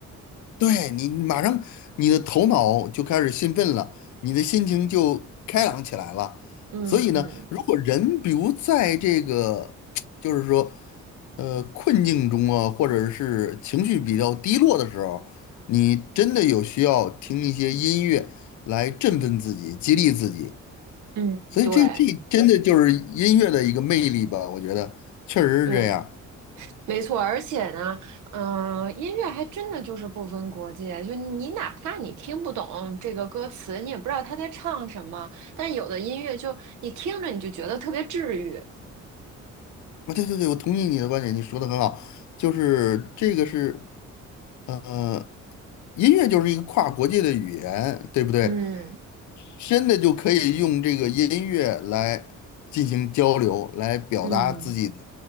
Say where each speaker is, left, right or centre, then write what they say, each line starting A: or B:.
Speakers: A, on the left; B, on the right.
A: 对你马上你的头脑就开始兴奋了，你的心情就开朗起来了。
B: 嗯嗯
A: 所以呢，如果人比如在这个 <tsk> 就是说呃困境中啊，或者是情绪比较低落的时候，你真的有需要听一些音乐来振奋自己、激励自己。
B: 嗯，
A: 所以这这真的就是音乐的一个魅力吧，
B: 对
A: 我觉得确实是这样。
B: 对。没错，而且呢，嗯、呃音乐还真的就是不分国界，就你哪怕你听不懂这个歌词，你也不知道他在唱什么，但有的音乐就你听着你就觉得特别治愈。
A: 啊，对对对，我同意你的观点，你说的很好，就是这个是。呃，音乐就是一个跨国界的语言，对不对？
B: 嗯
A: 真的就可以用这个音乐来进行交流，来表达自己的
B: 嗯，